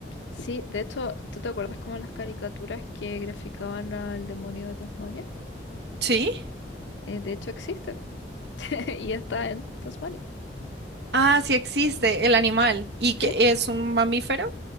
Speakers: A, on the left; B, on the right.
A: Sí, de hecho, ¿tú te acuerdas como las caricaturas que graficaban al demonio de Tasmania?
B: ¿Sí?
A: Eh, de hecho existe <laughs> y está en Tasmania.
B: Ah, sí existe el animal. ¿Y
A: Sí,
B: que es un mamífero?